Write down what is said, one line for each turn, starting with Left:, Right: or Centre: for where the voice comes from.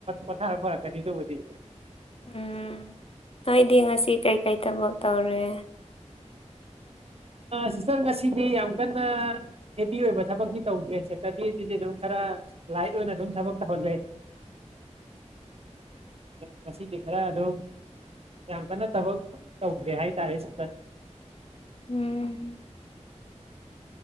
Right: ꯄꯊꯥꯔ ꯐꯔꯛ ꯀꯅꯤꯗꯨꯕꯨꯗꯤ
Left: ꯎꯝ ꯑꯩꯗꯤ ꯉꯁꯤ ꯀꯩꯀꯩ ꯊꯕꯛ ꯇꯧꯔꯦ
Right: ꯁꯤꯁꯇꯔ ꯉꯁꯤꯗꯤ ꯌꯥꯝ ꯀꯟꯅ ꯍꯦꯕꯤ ꯑꯣꯏꯕ ꯊꯕꯛꯗꯤ ꯇꯧꯗ꯭ꯔꯦ ꯁꯤꯇꯗꯤ ꯑꯗꯨꯗꯤ ꯑꯗꯨꯝ ꯈꯔ ꯂꯥꯏꯠ ꯑꯣꯏꯅ ꯑꯗꯨꯝ ꯊꯕꯛ ꯇꯧꯍꯂꯦ
Left: <unintelligible>
Right: ꯉꯁꯤ ꯈꯔ ꯑꯗꯨ ꯌꯥꯝ ꯀꯟꯅ ꯊꯕ ꯇꯧꯗ꯭꯭ꯔꯦ ꯍꯥꯏ ꯇꯔꯦꯁ
Left: ꯎꯝ